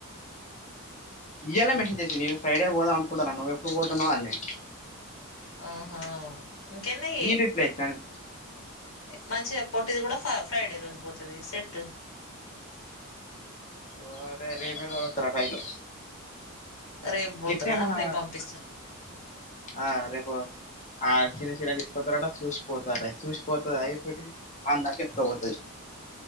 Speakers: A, on the left; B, on the left.
A: ఇయ్యాల్నే మెసేజ్ చేసిం <inaudible> నేను ఫ్రైడే పోదాం అనుకుంటున్నాన నువ్వు ఎప్పుడు పోతున్నావు అని
B: ఆహ ఇంకేంది
A: నేను రిప్లై ఇచ్చినాను
B: మంచిగా పొట్టిది కుడా ఫ ఫ్రైడే రోజు పోతది సెట్
A: ఓ రేపే తో <unintelligible> టైల్
B: రేపు పోతారా
A: గిట్నే మన
B: రేపు పంపిస్తారా
A: ఆ రేపు ఆ చిరా చిరాల్ తీస్కొత్తరట చూసిపోతాదట చూసిపోతాదా ఈ పొట్టిది అందాక ఎత్కాపోతది